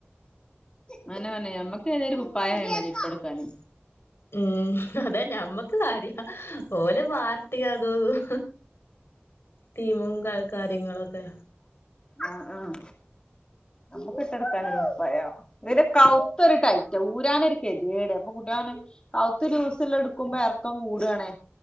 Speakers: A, on the left; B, on the left.
A: അതന്നെ പറഞ്ഞെ നമ്മക്കെതേലും കുപ്പായായാമതി ഇട്ടൊടുക്കാന്
B: ഹ്മ്മ്, അതന്നെ നമ്മക്ക് കാര്യ ഓല് പാർട്ടിം അതുതും, ടീമും കാര്യങ്ങളൊക്കെ
A: ആഹ്, ആഹ് നമ്മക്ക് ഇട്ടൊടുക്കാനൊരു കുപ്പായം ഇതിന്റെ കവുത്തൊരു ടൈറ്റാ ഊരാനൊരു കെതേട്. അപ്പൊ <unintelligible> കവുത്ത് ലൂസില്ലെടുക്കുമ്പോ എറക്കം കൂടാണ്.